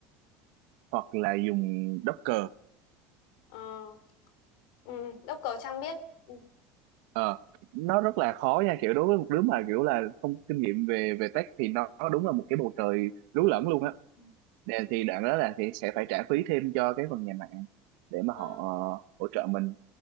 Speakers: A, on the right (about 75°); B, on the left (about 75°).
A: hoặc là dùng Docker
B: Ờ, ừ, Đốc cờ Trang biết. Ừ.
A: Ờ, nó rất là khó nha kiểu đối với một đứa mà kiểu là không kinh nghiệm về về tech thì nó, nó đúng là một cái bầu trời lú lẫn luôn á
B: Ừ.
A: Để- thì đoạn đó là thì sẽ phải trả phí thêm cho cái phần nhà mạng để mà
B: ờ.
A: họ ờ, hỗ trợ mình